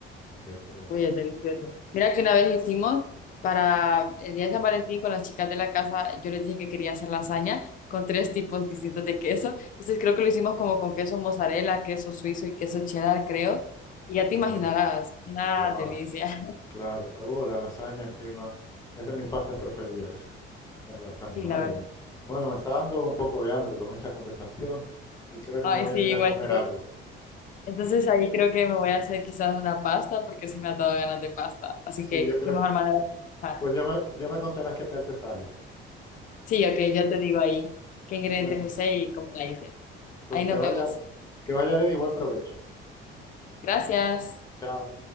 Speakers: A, on the left (about 15°); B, on the left (about 40°).
A: El queso,
B: Uy, es delicioso. Mira que una vez hicimos para el día de San Valentín con las chicas de la casa, yo les dije que quería hacer lasaña con tres tipos distintos de queso. Entonces creo que lo hicimos como con queso mozzarella, queso suizo y queso cheddar, creo. Y ya
A: qué
B: te imaginarás,
A: bueno.
B: una
A: Wow.
B: delicia.
A: Claro, claro. Oh, la lasaña encima. Es de mis pastas preferidas, <laughs> las lasañas,
B: Sí, la
A: madre
B: verdad.
A: mía. Bueno, me está dando un poco de hambre con esa conversación <laughs> y creo que
B: Ay,
A: me voy
B: sí,
A: a
B: igual
A: ir a comer
B: yo.
A: algo.
B: Entonces ahí creo que me voy a hacer quizás una pasta porque sí me ha dado ganas de pasta. Así
A: Sí,
B: que
A: yo creo.
B: qué mejor manera de empezar.
A: Pues ya me, ya me contarás qué tal te sale.
B: Sí, ok, ya te digo ahí qué ingredientes
A: Bueno,
B: usé y cómo la hice.
A: pues
B: Ahí
A: que
B: nos
A: vaya,
B: vemos.
A: que vaya bien y buen provecho.
B: Gracias.
A: Chao.